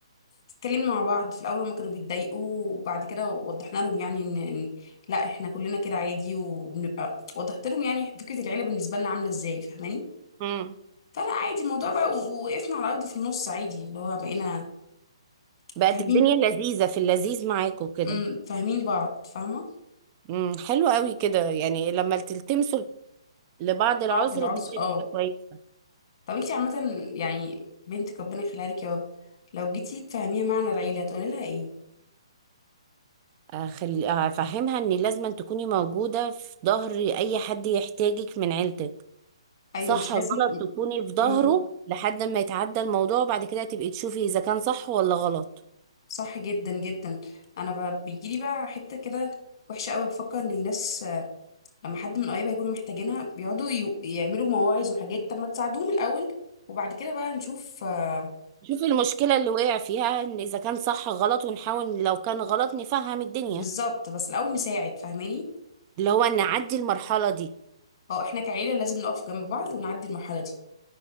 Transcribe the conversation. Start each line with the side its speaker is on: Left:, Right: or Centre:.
Left: اتكلمنا مع بعض في الاول هما كانوا بيتضايقوا وبعد كده وضحنا لهم يعني ان إن لا احنا كلنا كده عادي وبنبقى وضحت لهم يعني فكره العيله بالنسبه لنا عامله ازاي فاهماني
Right: امم
Left: فلا عادي الموضوع بقى و- وقفنا على الارض في النص عادي اللي هو بقينا
Right: بقت
Left: فاهمين
Right: الدنيا لذيذة في اللذيذ معاكوا كده
Left: امم فاهمين بعض فاهمه
Right: امم حلو قوي كده يعني لما تلتمسوا لبعض العذر
Left: بعض العذر
Right: الدنيا
Left: اه
Right: تبقى كويسة
Left: طب انتي عامه يعني بنتك ربنا يخليها لك يا رب لو جيتي تفهميها معنى العيله هتقولي لها ايه
Right: أخل... أفهمها إن لازم تكوني موجودة في ظهر أي حد يحتاجك من عيلتك
Left: ايوه
Right: صح
Left: مش
Right: غلط
Left: لازم
Right: تكوني في ظهره
Left: امم
Right: لحد ما يتعدى الموضوع وبعد كده تبقي تشوفي اذا كان صح ولا غلط
Left: صح جدا جدا انا ب... بيجيلي بقى حته كده وحشه قوي بفكر ان الناس آه، لما حد من قرايبها يكونوا محتاجينها بيقعدوا ي... يعملوا مواعظ وحاجات طب ما تساعدوهم الاول وبعد كده بقى نشوف آه،
Right: شوفي المشكلة اللي وقع فيها ان اذا كان صح غلط ونحاول لو كان غلط نفهم الدنيا
Left: بالظبط بس الاول نساعد فاهماني
Right: اللي هو نعدي المرحلة دي
Left: اه احنا كعيله لازم نقف جنب بعض ونعدي المرحله دي